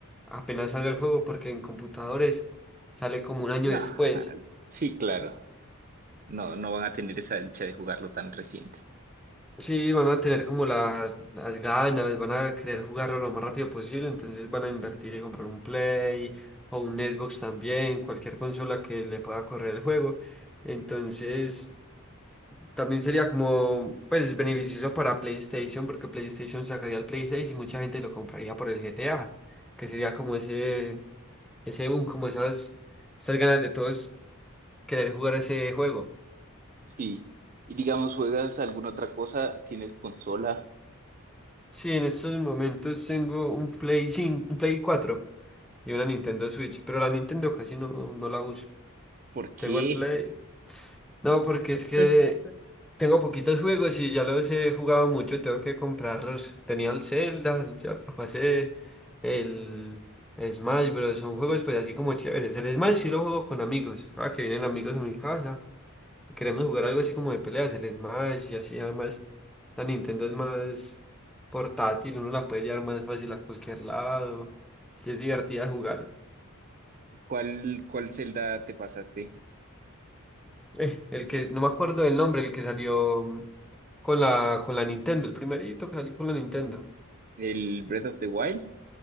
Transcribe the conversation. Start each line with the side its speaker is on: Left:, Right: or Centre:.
Centre: apenas salga el juego porque en computadores sale como un año
Right: No,
Centre: después
Right: ah, sí, claro, no, no van a tener esa dicha de jugarlo tan reciente.
Centre: Sí, van a tener como las, las ganas, van a querer jugarlo lo más rápido posible, entonces van a invertir y comprar un Play o un Xbox también, cualquier consola que le pueda correr el juego. Entonces, también sería como, pues, beneficioso para PlayStation, porque PlayStation sacaría el Play 6 y mucha gente lo compraría por el GTA, que sería como ese, ese boom, como esas, esas ganas de todos querer jugar ese juego.
Right: Sí. Y digamos, ¿juegas alguna otra cosa? ¿Tienes consola?
Centre: Sí, en estos momentos tengo un Play 5, un Play cuatro y una Nintendo Switch, pero la Nintendo casi no, no la uso.
Right: ¿Por qué?
Centre: Tengo el Play. No, porque es que
Right: <laughs>
Centre: tengo poquitos juegos y ya los he jugado mucho, tengo que comprarlos. Tenía el Zelda, ya lo pasé, el Smash, pero son juegos pues así como chéveres. El Smash sí lo juego con amigos, Ah, que vienen amigos a mi casa. Queremos jugar algo así como de peleas, el Smash y así. Además, la Nintendo es más portátil, uno la puede llevar más fácil a cualquier lado. Sí, es divertida jugar.
Right: ¿Cuál, cuál Zelda te pasaste?
Centre: Eh, el que, no me acuerdo del nombre, el que salió mm, con la, con la Nintendo, el primerito que salió con la Nintendo.
Right: ¿El Breath of the Wild?